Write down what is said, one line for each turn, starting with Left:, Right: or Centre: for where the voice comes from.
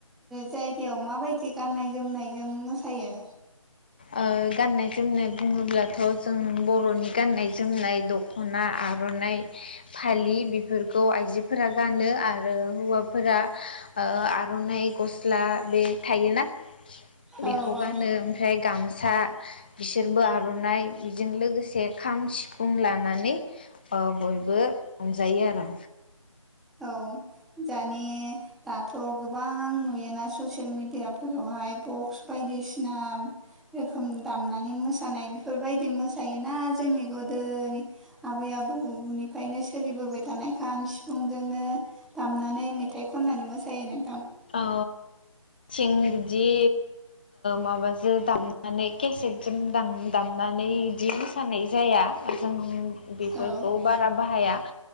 Centre: जायगायाव माबायदि गाननाय जोमनायजों मोसायो
Left: ओ गाननाय जोमनाय बुङोब्लाथ' जों बर'नि गाननाय जोमनाय दख खना आर'नाइ फालि बेफोरखौ आइजोफोरा गानो आरो हौवाफोरा आर'नाइ गस्ला बे थायोना
Centre: औ
Left: बेखौ गानो
Centre: औ
Left: ओमफ्राय गामसा बिसोरबो आर'नाइ बेजों लोगोसे खाम सिफुं लानानै ओ बयबो रंजायो आरो
Centre: औ जानि दाथ' गोबां नुयोना ससियेल मेडियाफोरावहाय बक्स बायदिसिना रोखोम दामनानै मोसानाय बेफोरबायदि मोसायोना जोंनि गोदोनि आबै आबौनिफ्रायनो सोलिबोबाय थानाय खाहाम सिफुं मुंजोंनो दामनानै मेथाइ खननानै मोसायो नों
Left: औ सिंजि माबाजों दामनानै केसेटजों दामनानै बि मोसानाय जाया जों बेफोरखौ
Centre: औ
Left: बार बाहाया ओ